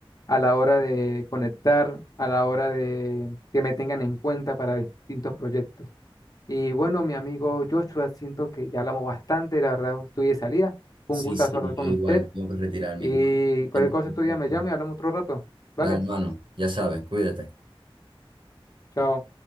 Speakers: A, on the left; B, on the right.
A: a la hora de conectar, a la hora de que me tengan en cuenta para distintos proyectos. Y bueno, mi amigo Joshua, siento que ya hablamos bastante, la verdad estoy de salida. Fue
B: Sí,
A: un gustazo
B: sí,
A: hablar con
B: yo igual
A: usted
B: tengo que retirarme
A: y
B: igual.
A: cualquier
B: Siempre.
A: cosa
B: es un
A: estudia
B: placer.
A: me llame y hablamos otro rato. ¿Vale?
B: Dale, hermano, ya sabes, cuídate.
A: Chao.